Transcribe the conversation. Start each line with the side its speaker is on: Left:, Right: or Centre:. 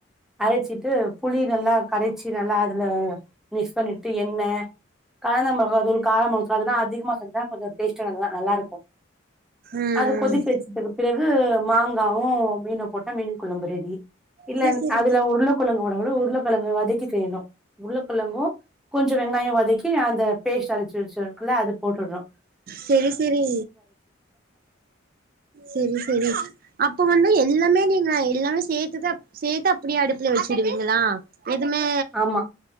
Centre: அரச்சிட்டு புளி நல்லா கரச்சி நல்லா அதுல மிக்ஸ் பண்ணிட்டு எண்ணெ கலந்த மெளகா தூள் கார மெளகா தூள் அதெல்லா அதிகமா செஞ்சா கொஞ்சொ டேஸ்ட்டு நல்லா நல்லா இருக்கு
Right: ம்
Centre: அது கொதிக்க
Right: ம்
Centre: வச்சதுக்கு பிறகு மாங்காவு மீனு போட்டா மீன் கொழம்பு ரெடி இல்ல
Right: செரி
Centre: அத்
Right: செரி
Centre: அதுல உருள <unintelligible> உருளக்கெழங்கு வதக்கி செய்யணு உருளக்கெழங்கு கொஞ்சொ வெங்காயொ வதக்கி அந்த பேஸ்ட் அரச்சி வச்சிருக்குள்ள அத போட்டுட்ணு
Right: செரி செரி செரி செரி இப்ப வந்து எல்லாமே நீங்க எல்லாமே சேத்துதா சேத்து அப்டியே அடுப்புல வச்சுடுவீங்களா எதுமே
Centre: ஆமா